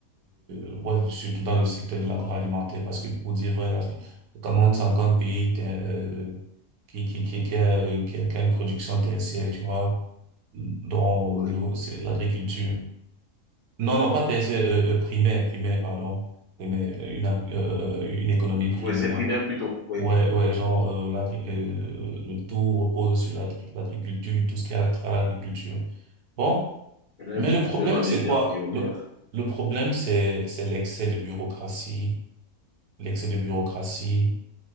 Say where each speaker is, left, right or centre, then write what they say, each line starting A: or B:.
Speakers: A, on the right; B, on the left.
A: euh, ouais, surtout dans le secteur de l'agroalimentaire, parce que pour dire vrai, là, le Cameroun, c'est encore un pays ter- euh, qui, qui, qui, qui a, euh, qui a, qui a une production tertiaire, tu vois, dont
B: oui.
A: au niveau, c'est l'agriculture. Non, non, pas tertiaire, euh, euh, primaire, primaire, pardon. Primaire, euh, une, ag- euh, euh, une économie primaire.
B: Oui, c'est primaire plutôt. Oui.
A: Ouais, ouais,
B: Mhm.
A: genre, euh, l'agri- euh, le tout repose sur l'agri- l'agriculture, tout ce qui est trait à l'agriculture. Bon,
B: J'ai
A: mais le problème,
B: j'ai même envie
A: c'est
B: de dire
A: quoi?
B: embryonnaire.
A: Le, le problème, c'est, c'est l'excès de bureaucratie, l'excès de bureaucratie,